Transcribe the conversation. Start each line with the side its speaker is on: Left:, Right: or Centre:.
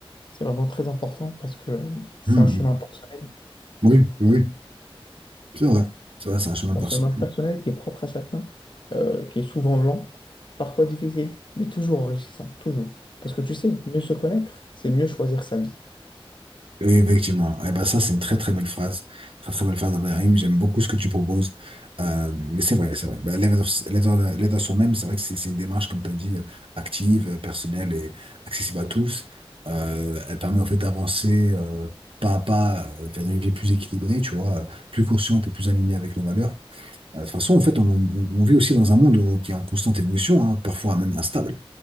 Left: c'est vraiment très important parce que c'est
Right: Mhm.
Left: un chemin personnel,
Right: Oui, oui, c'est vrai. C'est vrai, c'est un chemin personnel.
Left: un chemin personnel qui est propre à chacun, euh, qui est souvent lent, parfois difficile, mais toujours enrichissant, toujours. Parce que tu sais, mieux se connaître, c'est mieux choisir sa vie.
Right: Oui, effectivement. Eh ben, ça, c'est une très très belle phrase. Très très belle phrase d'Abderrahim. J'aime beaucoup ce que tu proposes. Euh, mais c'est vrai, c'est vrai. Ben, l'aide à l'aide à- l'aide à soi-même, c'est vrai que c'est c'est une démarche, comme tu as dit, euh, active, euh, personnelle et accessible à tous. Euh, elle permet en fait d'avancer euh, pas à pas euh, vers une vie plus équilibrée, tu vois, euh, plus consciente et plus alignée avec nos valeurs. Euh, de toute façon, en fait, on, on- on vit aussi dans un monde où- qui est en constante évolution, hein, parfois même instable.